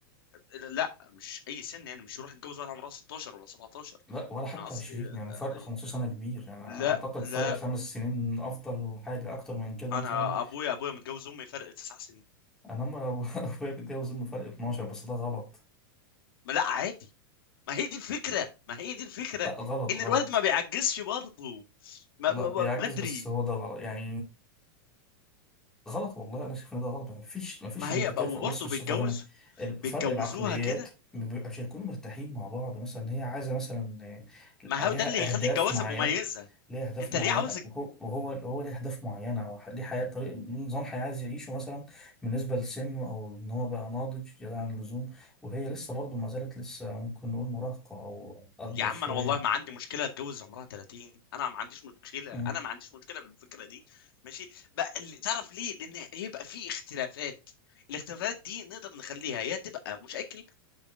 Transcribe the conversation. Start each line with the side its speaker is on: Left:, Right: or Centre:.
Left: لا مش اي سن يعني مش يروح يتجوز واحده عمرها 16 ولا 17
Centre: لا ولا حتى
Left: انا قصدي
Centre: 20 يعني
Left: آه،
Centre: فرق 15
Left: يعني
Centre: سنة كبير يعني أعتقد
Left: لا لا
Centre: فرق خمس سنين أفضل حاجة أكتر من كده
Left: انا
Centre: مثلا
Left: ابويا ابويا متجوز امي فرق تسع سنين
Centre: أنا ما <laughs> أبويا بيتجوز إنه فرق 12 بس ده غلط
Left: ما لا عادي ما هي دي الفكرة ما هي دي الفكرة
Centre: لا غلط
Left: ان
Centre: غلط
Left: الولد ما بيعجزش برضه ما
Centre: لا
Left: ما-
Centre: بيعجز
Left: ما- بدري
Centre: بس هو ده غلط يعني غلط والله انا شايف ان ده غلط ما فيش ما فيش
Left: ما
Centre: يعني
Left: هي
Centre: تكافؤ
Left: بقى- وبرضه
Centre: بص بص
Left: بيتجوز
Centre: افهمك
Left: بيتجوزوها
Centre: فرق العقليات
Left: كده
Centre: ما بيبقى- مش هيكونوا مرتاحين مع بعض مثلا هي عايزه مثلا
Left: ما
Centre: آه، ليها
Left: هو ده اللي هيخلي
Centre: اهداف
Left: الجوازة
Centre: معينه
Left: مميزة
Centre: ليها اهداف
Left: انت
Centre: معينه
Left: ليه عاوز الج-
Centre: وهو وهو هو ليه اهداف معينه وح- ليه حياه طريق نظام حياه عايز يعيشه مثلا بالنسبه لسنه او ان هو بقى ناضج زياده عن اللزوم وهي لسه برضه ما زالت لسه ممكن نقول مراهقه او اكبر
Left: يا عم
Centre: شويه
Left: انا والله ما عندي مشكلة اتجوز عمرها 30 انا ما عنديش مشكلة
Centre: امم
Left: انا ما عنديش مشكلة بالفكرة دي ماشي بقى اللي تعرف ليه لان هيبقى في اختلافات الاختلافات دي نقدر نخليها يا تبقى مشاكل